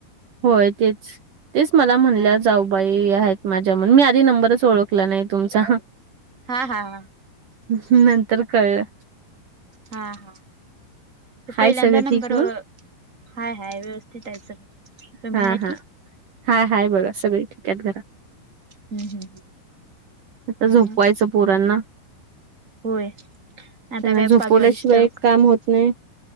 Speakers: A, on the right (about 55°); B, on the right (about 20°).
A: होय तेच. तेच मला म्हणल्या
B: हा
A: जाऊ- बाई आहेत माझ्या म्हणून, मी आधी नंबरच ओळखला नाही तुमचा ह
B: हा हा हा
A: ह. नंतर कळलं.
B: हा हा. तर
A: हाय
B: पहिल्यांदा
A: सगळं
B: नंबर,
A: ठीक मग?
B: हाय- हाय व्यवस्थित आहे सगळ तु्ही
A: हां,
B: आहेती.
A: हां. हाय- हाय बोला सगळी. <unintelligible>
B: हम्म हम्म
A: आता झोपवायचं
B: मग
A: पोरांना.
B: होय आता
A: त्यांना
B: काय
A: झोपवल्याशिवाय
B: पाच वाजेस तर
A: काम होत नाही.